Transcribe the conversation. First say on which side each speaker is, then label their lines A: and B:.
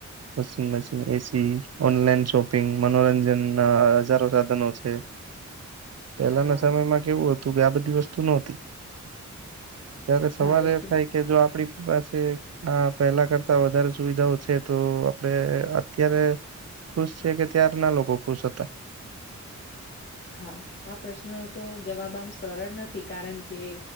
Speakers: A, on the right (about 55°); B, on the left (about 40°).
A: washing machine, AC, online shopping મનોરંજન ના હજારો સાધનો છે. પહેલાના
B: હા
A: સમયમાં કેવું હતું કે આ બધી વસ્તુ નો તી. ત્યારે સવાલ
B: હા
A: એ
B: તો
A: થાય કે જો આપડી પાસે હા પેલા કરતા વધારે સુવિધાઓ છે તો આપડે અત્યારે ખુશ છે કે ત્યારના લોકો ખુશ હતા.
B: હા આ પ્રશ્નનો તો જવાબ આમ સરળ નથી કારણ કે.